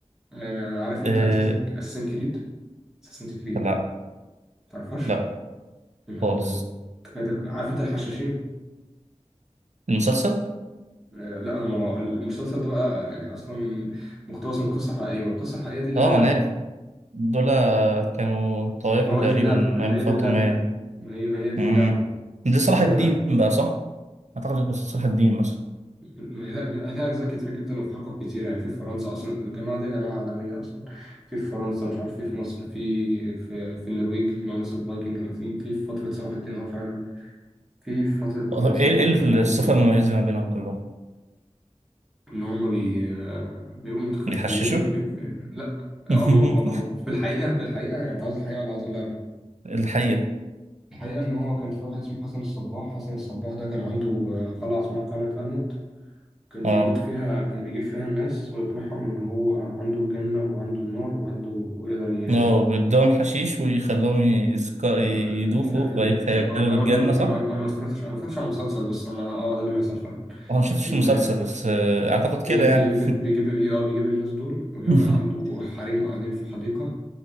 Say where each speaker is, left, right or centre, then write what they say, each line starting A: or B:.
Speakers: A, in the centre; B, on the right.
A: آه عارف انت
B: آه،
A: اساسن اساسن كريد اساسن كريد
B: لا
A: تعرفهاش
B: لا
A: يا نهار
B: خالص
A: أبيض. أنت فايتك عارف انت الحشاشين
B: المسلسل
A: آه لا هو المسلسل ده بقى يعني اصلا مقتبس من قصه حقيقيه والقصه الحقيقيه دي لها
B: اه
A: لعبه
B: ما انا عارف دول كانوا طائفة
A: ما هو
B: تقريبا
A: دي اللعبه ما
B: ايام الفاطمية
A: هي دي اللعبه ما هي ما هي ما هي دي
B: امم
A: اللعبه
B: دي صلاح
A: ما هي اللعبه
B: الدين
A: ايه
B: بقى صح؟ اعتقد بس صلاح الدين مثلا
A: ما هي لا لها اجزاء كتيره جدا وفي حقب كتير يعني في في فرنسا اصلا الجماعه دي جماعه عالميه اصلا في في فرنسا مش عارف في في مصر في في في النرويج اللي هو ناس الفايكنج في في فتره صلاح الدين اه فعلا في فتره قراصنه
B: طب ايه ايه
A: والكلام
B: الصفة
A: ده كله
B: المميزة ما بينهم كلهم؟
A: ان هم بي... بيبقوا متخفيين
B: بيحششوا
A: وبي... بي... لا
B: <laughs>
A: هو هو هو في الحقيقه في الحقيقه يعني انت عاوز الحقيقه ولا عاوز اللعبه
B: الحقيقة
A: الحقيقه ان هو كان في واحد اسمه حسن الصباح حسن الصباح ده كان عنده قلعه اسمها قلعه الموت كان
B: اه
A: بيجيب فيها كان بيجيب فيها الناس ويقنعهم ان هو عنده الجنه وعنده النار وعنده ويقدر ي...
B: اه بيدوهم حشيش ويخلوهم يسكر يدوخوا
A: ما-
B: فيتخيلوا
A: انا
B: الجنة
A: انا
B: صح؟
A: انا انا ما اتفرجتش انا ما اتفرجتش على المسلسل بس انا اه ده اللي بيحصل فعلا
B: وانا ما شفتش
A: ال...
B: المسلسل بس آه، اعتقد كده
A: بيجيب
B: يعني
A: بيجيب بيجيب بيجيب, آه بيجيب الناس دول وبيبقى
B: <laughs>
A: عنده حريم قاعدين في حديقة